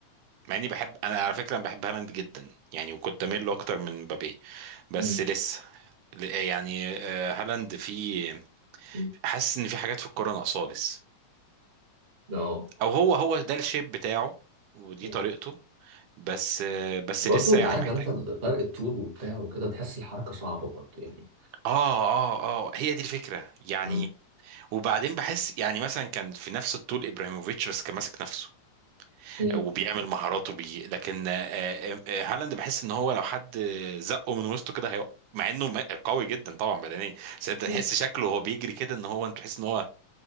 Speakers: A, on the right; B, on the right.
A: مع اني بحب انا على فكره أنا بحب هالاند جدا يعني وكنت اميل له اكتر من مبابي بس
B: مم،
A: لسه ل- يعني آه، هالاند في
B: مم.
A: حاسس ان في حاجات في الكوره ناقصاه لسه
B: اه
A: او هو هو ده الشيب بتاعه ودي
B: مم.
A: طريقته بس آه، بس
B: برضه
A: لسه
B: اللي
A: يعني
B: عارف
A: محتاج
B: انت فرق الطول وبتاع وكده تحس الحركة صعبة برضه يعني
A: اه اه اه هي دي الفكره يعني
B: مم،
A: وبعدين بحس يعني مثلا كان في نفس الطول ابراهيموفيتش بس كان ماسك نفسه
B: مم،
A: وبيعمل مهاراته بيه لكن آه، آه، آه، هالاند بحس ان هو لو حد زقه من وسطه كده هيقع مع انه م- قوي جدا طبعا بدنيا بس انت تحس
B: مم.
A: شكله وهو بيجري كده ان هو انت تحس ان هو